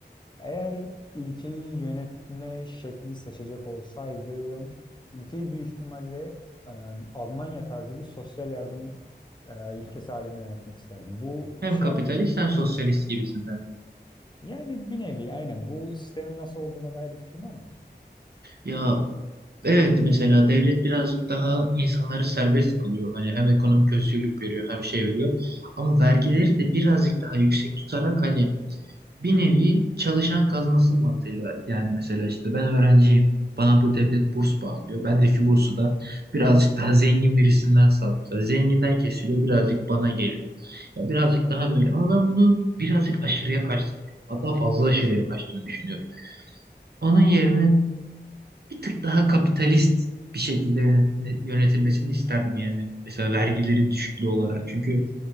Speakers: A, on the left; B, on the right.
A: Eğer ülkeyi yönetme şekli seçecek olsaydım, ülkeyi büyük ihtimalle e, Almanya tarzı bir sosyal yardım e, ülkesi halinde yönetmek isterdim. Bu
B: Hem
A: şey
B: kapitalist
A: hakkında bir fikrin
B: hem sosyalist
A: var mı?
B: gibisinden.
A: Yani bir nevi aynen bu sistemin nasıl olduğuna dair bir fikrim var mı?
B: Ya evet mesela devlet birazcık daha insanları serbest kılıyor. Hani hem ekonomik özgürlük veriyor hem şey veriyor. Ama vergileri de birazcık daha yüksek tutarak hani bir nevi çalışan kazansın mantığıyla. Yani mesela işte ben öğrenciyim. Bana bu devlet burs bağlıyor. Bendeki bursu da birazcık daha zengin birisinden sağlıyor. Mesela zenginden kesiliyor birazcık bana geliyor. Ya birazcık daha böyle ama ben bunun birazcık aşırıya kaçtığını düşünüyorum. Hatta fazla aşırıya kaçtığını düşünüyorum. Onun yerine bir tık daha kapitalist bir şekilde yönet- yönetilmesini isterdim yani. Mesela vergilerin düşüklüğü olarak. Çünkü